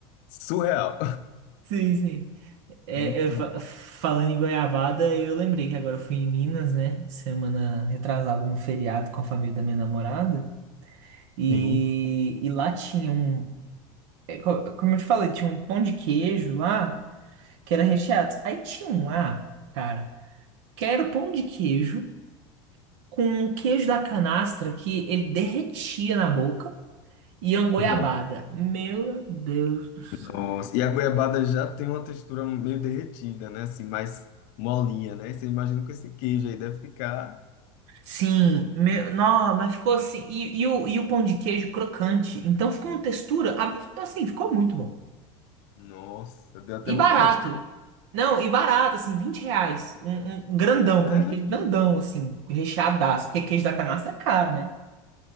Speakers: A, on the left; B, on the right.
A: surreal. <laughs>
B: Sim, sim. É,
A: Muito
B: eu fa-
A: bom.
B: falando em goiabada, eu lembrei que agora eu fui em Minas, né? Semana retrasada no feriado com a família da minha namorada. E,
A: Sim.
B: e lá tinha um. é, co- Como eu te falei, tinha um pão de queijo lá que era recheado. Aí tinha um lá, cara, que era pão de queijo com um queijo da canastra que ele derretia na boca e uma goiabada.
A: Não.
B: Meu Deus do céu.
A: Nossa. E a goiabada já tem uma textura meio derretida, né? Assim, mais molinha, né? Você imagina com esse queijo aí, deve ficar...
B: Sim, meu, não, mas ficou assim. E, e o, e o pão de queijo crocante. Então ficou uma textura, ab- assim, ficou muito bom.
A: Nossa, deu até
B: E
A: vontade
B: barato.
A: de comer.
B: Não, e barato, assim, 20 reais. Um, um grandão,
A: <laughs>
B: pão de queijo grandão, assim, recheadaço. Porque queijo da canastra é caro, né?